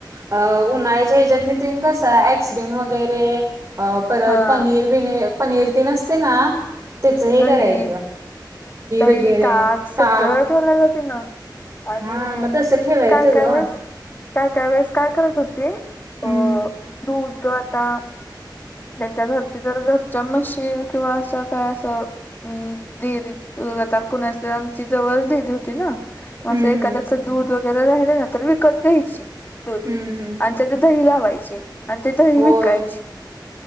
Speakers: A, on the right (about 35°); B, on the left (about 25°).
A: अ उन्हाळ्याच्या हेच्यातनी तीन कसं आईस्क्रीम वगैरे अ परत
B: हा
A: पनीर बी पनीर तेन असतय ना. त्याच हे
B: दही,
A: करायचं
B: दही,
A: वगैरे
B: ताक सगळं
A: ताक
B: ठेवल्याल तिन. आणि
A: हा मग तसं ठेवायचं
B: कायकायवेेळेस,
A: ग
B: काय काय वेळेस काय करत होती. अ.
A: हम्म
B: दूध अ आता त्याच्या घरची जर, घरच्या मशी किंवा असं काय अस तर डेअरी त अ आता कुणाच, आमची जवळच डेअरी होती ना?
A: हम्म
B: आसं एखाद्याच
A: हम्म
B: दूध वगैरे राहिलं ना, तर विकत घ्यायची दूध
A: हम्म हम्म
B: आणि त्याच दही लावायची आणि ते दही
A: होय
B: विकायची.